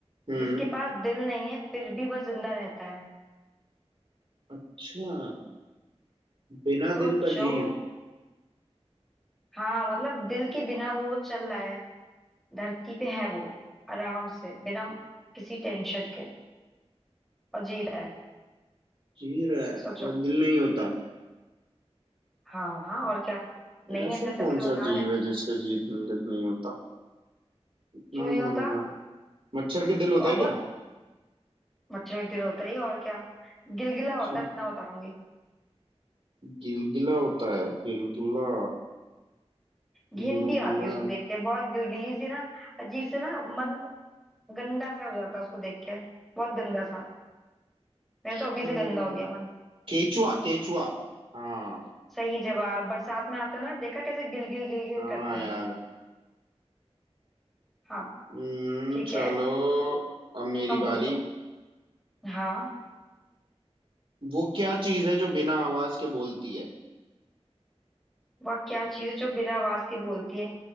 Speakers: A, on the right (about 55°); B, in the centre.
A: हम्म
B: जिसके पास दिल नहीं है फिर भी वह जिंदा रहता है
A: अच्छा बिना
B: सोचो
A: दिल का जीव
B: हाँ मतलब दिल के बिना वो वो चल रहा है धरती पे है वो आराम से बिना किसी टेंशन के और जी रहा है
A: जी रहा है
B: सोचो
A: और दिल नहीं होता
B: हाँ हाँ और क्या नहीं
A: ऐसा
B: है दिल
A: कौन
B: तभी तो बता
A: सा जीव
B: रहे हैं
A: है जिसके जी दिल नहीं होता
B: क्यों
A: हम्म,
B: नहीं होता
A: मच्छर के दिल होता
B: और
A: है
B: बहुत
A: क्या
B: मच्छर का दिल होता ही और क्या गिलगिला
A: अच्छा
B: होता है इतना बताऊंगी
A: गिलगिला होता है गिलगिला
B: घिन
A: गिलगिला
B: भी आती है उसको देख के बहुत गिलगिली सी ना अजीब से ना मन गंदा सा हो जाता है उसको देख के बहुत गंदा सा मेरा
A: अच्छा,
B: तो अभी से गंदा हो गया मन
A: केचुआ केचुआ हाँ
B: सही जवाब बरसात में आते हैं ना देखा कैसे गिल गिल गिल गिल
A: हाँ
B: करते हैं
A: यार
B: हाँ
A: हम्म
B: ठीक
A: चलो
B: है
A: अब मेरी
B: तुम पूछो
A: बारी
B: हाँ
A: वो क्या चीज है जो बिना आवाज के बोलती है
B: वह क्या चीज़ है जो बिना आवाज के बोलती है